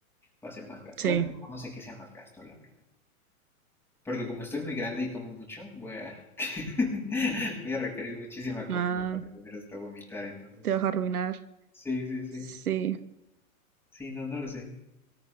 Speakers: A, in the centre; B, on the right.
A: va a ser más gasto.
B: Sí.
A: Bueno, no sé qué sea más gasto, la verdad. Porque como estoy muy grande y como mucho, voy a, <laughs> voy a requerir muchísima comida
B: Ah,
A: para tener hasta vomitar, entonces
B: te
A: no.
B: vas a arruinar.
A: Sí, sí, sí.
B: Sí,
A: Sí, no, no lo sé.